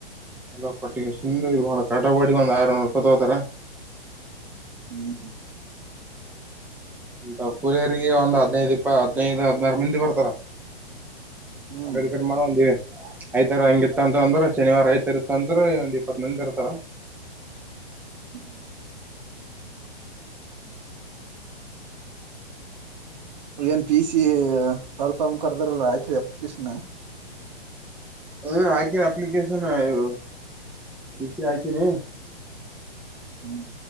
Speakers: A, in the centre; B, on the right.
A: ಎಲ್ಲ ಪಟ್ಟಿಗೆ ಸುಮ್ನೆ ಇದು ಮಾಡಕ್ ಆಟೋ ಬಾಡಿಗೆ ಒಂದು ಆರುನೂರು ರೂಪಾಯಿ ತಗೋತಾರಾ
B: ಹ್ಮ್
A: ಅಂತ ಪೂರಿರಿಗೆ ಒಂದ್ ಹದ್ನೈದ್ ಇಪ್ಪ ಹದ್ನೈದು ಹದ್ನಾರು ಮಂದಿ ಬರ್ತಾರ
B: ಹ್ಮ್
A: ಹ ಕಡೆ ಈಕಡೆ ಮಾಡುವಂದಿವವಿ ಐತ ಹಂಗಿರ್ತ ಅಂತ ಅಂದ್ರ ಶನಿವಾರ ಐತ ಇರ್ತ ಅಂದ್ರೆ ಒಂದ್ ಇಪ್ಪತ್ ಮಂದಿ ಇರ್ತಾರ
B: ಹ್ಮ್ ಏನ್ ಪಿ ಸಿ ಪಾಲ್ಫಾರ್ಮ್ ಕರೆದ್ರ ಆಾಕಿದೆ ಅಪ್ಲಿಕೇಶನ್
A: ಹ್ಮ ಅಕಿನೀ ಅಪ್ಲಿಕೇಶನ್ ಇವು ಪಿಸಿ ಹಕೆನೆ
B: ಹ್ಮ್